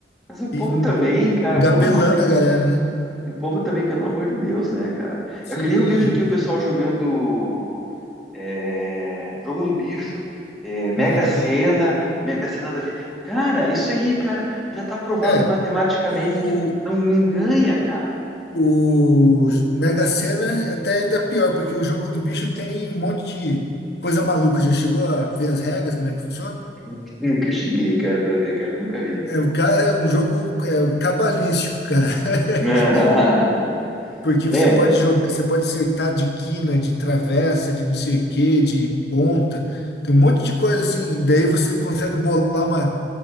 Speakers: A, in the centre; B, on the left (about 70°).
A: Mas o povo
B: e
A: também, cara,
B: engabelando
A: pelo amor de
B: a galera, né?
A: E o povo também, pelo amor de Deus, né, cara?
B: Sim,
A: É que nem eu vejo aqui o pessoal jogando é, jogo do bicho, é, Mega
B: aham.
A: Sena, Mega Sena da vida. Cara, isso aí, cara, já tá provado
B: É,
A: matematicamente
B: o,
A: que não, não ganha, cara.
B: o Mega Sena é até ainda pior, porque o jogo do bicho tem um monte de coisa maluca. Já chegou a ver as regras, como é que funciona?
A: <laughs> Nunca cheguei, cara, pra ver, cara, nunca vi.
B: É, o ca- é um jogo é, cabalístico, cara. <laughs>
A: <laughs>
B: Porque você
A: É,
B: pode jogar, você pode acertar de quina, de travessa, de não sei o quê, de ponta. Tem um monte de coisa assim. Daí você consegue bolar uma,